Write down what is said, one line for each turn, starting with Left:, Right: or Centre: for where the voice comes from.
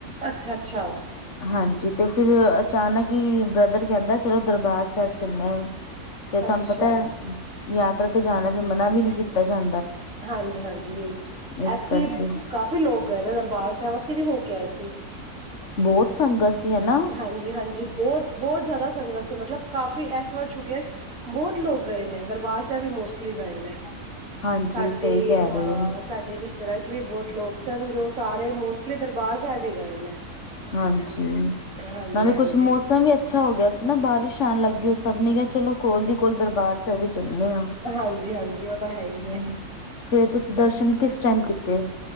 Right: ਅੱਛਾ ਅੱਛਾ
Left: ਹਾਂਜੀ ਤੇ ਫਿਰ ਅਚਾਨਕ ਹੀ ਬ੍ਰਦਰ ਕਹਿੰਦਾ ਚਲੋ ਦਰਬਾਰ ਸਾਹਿਬ ਚੱਲਣੇ ਆ। ਫਿਰ ਤੁਹਾਨੂੰ
Right: ਅੱਛਾ
Left: ਪਤਾ ਯਾਤਰਾ ਤੇ ਜਾਣਾ ਫਿਰ ਮਨਾ ਵੀ ਨੀ ਕੀਤਾ ਜਾਂ
Right: ਹਾਂਜੀ ਹਾਂਜੀ,
Left: ਇਸ
Right: ਐਤਕੀ
Left: ਕਰਕੇ
Right: ਕਾਫ਼ੀ ਲੋਕ ਗਏ ਨਾ ਦਰਬਾਰ ਸਾਹਿਬ ਅਸੀਂ ਵੀ ਹੋ ਕੇ ਆਏ ਸੀ,
Left: ਬਹੁਤ ਸੰਗਤ ਸੀ ਹਨਾ
Right: ਹਾਂਜੀ ਹਾਂਜੀ ਬਹੁਤ ਬਹੁਤ ਜ਼ਿਆਦਾ ਸੰਗਤ ਤੇ ਮਤਲਬ ਕਾਫੀ ਇਸ ਵਾਰ ਛੁੱਟੀਆਂ ਚ ਬਹੁਤ ਲੋਕ ਗਏ ਨੇ ਦਰਬਾਰ ਸਾਹਿਬ ਹੀ ਮੋਸਟਲੀ ਗਏ ਨੇ।
Left: <inaudible>
Right: ਸਾਡੇ
Left: ਸਹੀ ਕਹਿ
Right: ਹਾਂ
Left: ਰਹੇ ਹੋ
Right: ਸਾਡੇ ਰਿਸ਼ਤੇਦਾਰੀ ਚ ਵੀ ਬਹੁਤ ਲੋਕ ਸਨ ਜੋ ਸਾਰੇ ਮੋਸਟਲੀ ਦਰਬਾਰ ਸਾਹਿਬ ਹੀ ਗਏ ਨੇ।
Left: ਹਾਂਜੀ,
Right: ਹਾਂਜੀ
Left: ਨਾਲੇ
Right: ਹਾਂਜੀ
Left: ਕੁਛ ਮੌਸਮ ਵੀ ਅੱਛਾ ਹੋ ਗਿਆ ਸੀ ਨਾ ਬਾਰਿਸ਼ ਆਣ ਲਾਗੀ ਉਹ ਸਭ ਨੇ ਚੱਲੋ ਕੋਲ ਦੀ ਕੋਲ ਦਰਬਾਰ ਸਾਹਿਬ ਵੀ ਚਲਣੇ ਆ ਹੂੰ,
Right: ਹਾਂਜੀ ਹਾਂਜੀ ਉਹ ਤਾਂ ਹੈ ਹੀ ਹੈ
Left: ਫਿਰ ਤੁਸੀਂ ਦਰਸ਼ਨ ਕਿਸ ਟਾਈਮ ਕੀਤੇ?